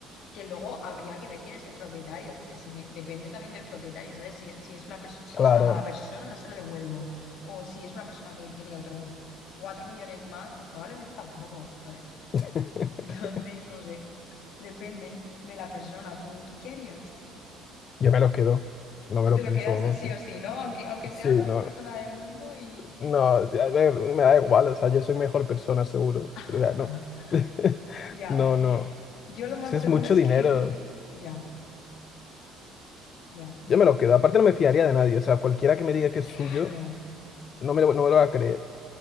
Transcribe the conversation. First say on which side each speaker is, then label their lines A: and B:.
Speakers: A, on the left (about 65°); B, on the left (about 45°).
A: que luego habría que ver quién es el propietario, porque si me, depende también del propietario, ¿sabes? Si, si es una pers- si
B: claro.
A: es una mala persona, no se lo devuelvo. O si es una persona que tiene otros cuatro millones más, pues probablemente tampoco, ¿sabes?
B: <laughs>
A: <laughs> Entonces, no sé, depende de la persona. ¿Tú, tú qué harías?
B: Yo me lo quedo. No
A: Tú
B: me lo
A: te
B: pienso,
A: lo quedas
B: vamos.
A: sí
B: ¿no?
A: o sí, ¿no? Aunque, aunque sea
B: Sí,
A: la mejor
B: no.
A: persona del mundo y...
B: No, a ver, me da igual, o sea, yo soy mejor persona, seguro.
A: <laughs>
B: O sea, no. <laughs>
A: Ya,
B: No, no.
A: yo lo más
B: Es que es
A: seguro
B: mucho
A: es
B: dinero.
A: que... Ya, ya,
B: Yo me lo quedo. Aparte, no me fiaría de nadie. O sea, cualquiera que me diga que es
A: claro,
B: suyo, no me lo, no me lo va a creer.